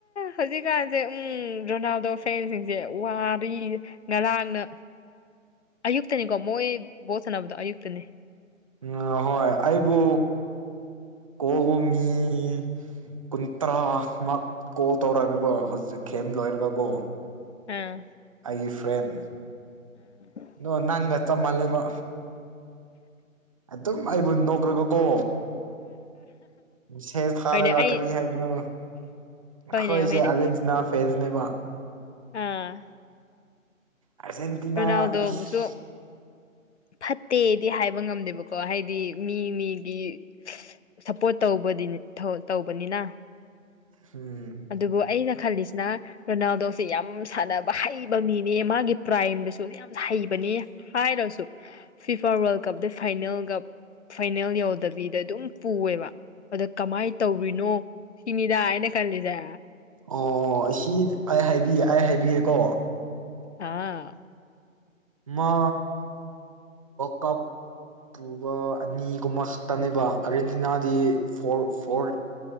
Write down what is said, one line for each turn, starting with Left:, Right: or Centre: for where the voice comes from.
Left: ꯍꯧꯖꯤꯛꯀꯥꯟꯁꯦ ꯎꯝ ꯔꯣꯅꯥꯜꯗꯣ ꯐꯦꯟꯁꯤꯡꯁꯦ ꯋꯥꯔꯤ ꯉꯔꯥꯡꯅ ꯑꯌꯨꯛꯇꯅꯤꯀꯣ ꯃꯣꯏ ꯕꯣꯠ ꯁꯥꯟꯅꯕꯗꯣ ꯑꯌꯨꯛꯇꯅꯤ
Right: ꯎ ꯍꯣꯏ ꯑꯩꯕꯨ ꯀꯧꯃꯤ ꯀꯨꯟ ꯇꯔꯥꯃ ꯀꯣꯜ ꯇꯧꯔꯛꯒꯦꯕ ꯍꯧꯖꯤꯛ ꯈꯦꯝ ꯂꯣꯏꯔꯒ ꯀꯣ
Left: ꯑꯥ
Right: ꯑꯩꯒꯤ ꯐ꯭ꯔꯦꯟ
Left: ꯎꯝ
Right: ꯅꯣ ꯅꯪꯒ ꯆꯝꯃꯜꯂꯦꯕ ꯑꯗꯨꯝ ꯑꯩꯕꯨ ꯅꯣꯛꯈ꯭ꯔꯒꯀꯣ ꯁꯦꯠ ꯊꯥ
Left: ꯍꯣꯏꯅꯦ
Right: ꯂꯒ
Left: ꯑꯩ
Right: ꯀꯔꯤ ꯍꯥꯏꯗꯤꯅ
Left: ꯍꯣꯏꯅꯦ
Right: ꯑꯩꯈꯣꯏꯁꯦ
Left: ꯍꯣꯏꯅꯦ
Right: ꯑꯥꯔꯖꯦꯟꯇꯤꯅꯥ ꯐ꯭ꯔꯦꯟꯁꯅꯦꯕ
Left: ꯑꯥ
Right: ꯑꯥꯔꯖꯦꯟꯇꯤꯅꯥ
Left: ꯀꯅꯥꯎꯗꯕꯨꯁꯨ
Right: ꯏꯁ
Left: ꯐꯠꯇꯦꯗꯤ ꯍꯥꯏꯕ ꯉꯝꯗꯦꯕꯀꯣ ꯍꯥꯏꯗꯤ ꯃꯤ ꯃꯤꯒꯤ ꯁꯞꯄꯣꯔꯠ ꯇꯧꯕ ꯇꯧꯕꯅꯤꯅ
Right: ꯍꯝ
Left: ꯑꯗꯨꯕꯨ ꯑꯩꯅ ꯈꯜꯂꯤꯁꯤꯅ ꯔꯣꯅꯥꯜꯗꯣꯁꯦ ꯌꯥꯝ ꯁꯥꯟꯅꯕ ꯍꯩꯕ ꯃꯤꯅꯦ ꯃꯥꯒꯤ ꯄ꯭ꯔꯥꯏꯝꯗꯨꯁꯨ ꯌꯥꯝ ꯍꯩꯕꯅꯦ ꯍꯥꯏꯔꯣꯁꯨ FIFA World Cup the final cup final ꯌꯧꯗꯕꯤꯗ ꯑꯗꯨꯝ ꯄꯨꯑꯕ ꯑꯗ ꯀꯃꯥꯏ ꯇꯧꯔꯤꯅꯣ ꯁꯤꯤꯟꯗ ꯍꯥꯏꯅ ꯀꯜꯗ
Right: ꯑꯣ ꯑꯁꯤ ꯑꯩ ꯍꯥꯏꯕꯤꯌꯦꯦ ꯑꯩ ꯍꯥꯏꯕꯤꯒꯦꯀꯣ
Left: ꯑꯥ
Right: ꯃ ꯀꯞ ꯄꯨꯕ ꯑꯅꯤꯒꯨꯝꯕ ꯈꯛꯇꯅꯦꯕ ꯑꯥꯔꯖꯦꯟꯇꯤꯅꯥꯗꯤ ꯐꯣꯔ ꯐꯣꯔ